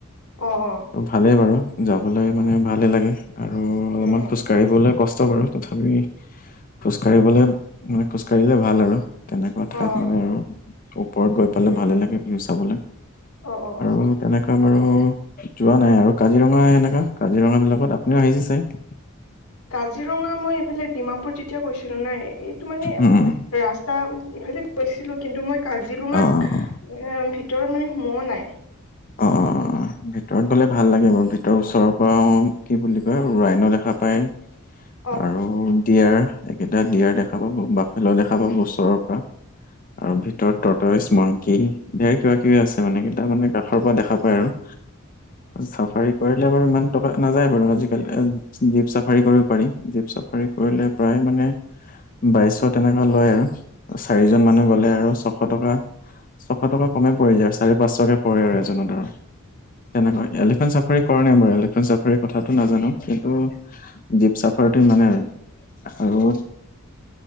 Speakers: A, on the left; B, on the left.
A: অ অ।
B: ত' ভালেই বাৰু যাবলৈ মানে
A: অ
B: ভালেই লাগে, আৰু অলপমান
A: উম উম
B: খোজ কাঢ়িবলৈ কষ্ট বাৰু তথাপি খোজ কঢ়িবলে নহয় খোজকাঢ়িলে ভাল আৰু। তেনেকুৱা ঠাইত
A: অ অ
B: মানে আৰু। ওপৰত গৈ পালে
A: উম
B: ভালে
A: উম
B: লাগে ভিউ চাবলে,
A: অ অ
B: আৰু তেনেকুৱা বাৰু যোৱা নাই আৰু, কাজিৰঙা এনেকা কাজিৰঙা বিলাকত আপুনিও আহিছে চাগে?
A: কাজিৰঙা মই এইফালে ডিমাপুৰ যেতিয়া গৈছিলো নাই এইটো মানে
B: উম
A: ৰাস তা ইফালে গৈছিলোঁ কিন্তু মই কাজিৰঙাত
B: অ অ অ
A: এ ভিতৰত মানে সোমোৱা নাই।
B: অ অ অ অ। ভিতৰত গ'লে ভাল লাগে বাৰু ভিতৰৰ ওচৰৰ পৰা কি বুলি কয় ৰাইন দেখা পায়।
A: <inaudible>
B: আৰু দিয়াৰ এইকেইটা দিয়াৰ দেখা পাব, বাফেল্লো দেখা পাব ওচৰৰ আৰু ভিতৰত তটৰেছ, মংকি ধেৰ কিবা কিবি আছে মানে কি তাৰমানে ৰ পৰা দেখা পাই আৰু <inaudible> চাফাৰী কৰিলে বাৰু ইমান টকা নাযায় বাৰু, আজিকালি জীপ চাফাৰী কৰিব পাৰি জীপ চাফ হেৰি কৰিলে প্ৰায় মানে বাইশ তেনেকোৱা লয় আৰু চাৰিজন মানুহ গলে আৰু ছশ টকা ছশ টকা কমে পৰি যায় চাৰি পাঁচশকে পৰে আৰু এজনত আৰু তেনেকোৱা এলিফেন্ট চা চাফাৰী কৰা নাই বাৰু এলিফেণ্ট চাফাৰীৰ কথাটো নাজানো কিন্তু জীপ চাফাৰীটো ইমানেই আৰু